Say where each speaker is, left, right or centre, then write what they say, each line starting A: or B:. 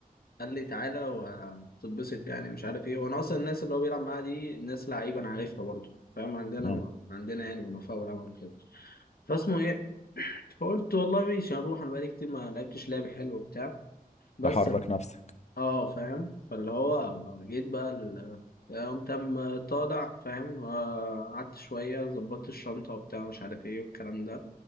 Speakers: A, on the left (about 80°); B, on the left (about 50°).
A: قال لي تعالى وهتتبسط يعني مش عارف ايه وانا اصلا الناس اللي هو بيلعب معاها دي ناس لعيبه انا عارفها برضو فاهم عندنا
B: مم.
A: عندنا يعني وفاء والعمل كده فاسمه ايه فقلت والله ماشي هروح انا بقالي كتير ما لعبتش لعب حلو وبتاع بس
B: تحرك نفسك
A: اه فاهم فاللي هو جيت بقى ال... قمت قام طالع فاهم آه، قعدت شويه ظبطت الشنطه وبتاع مش عارف ايه والكلام ده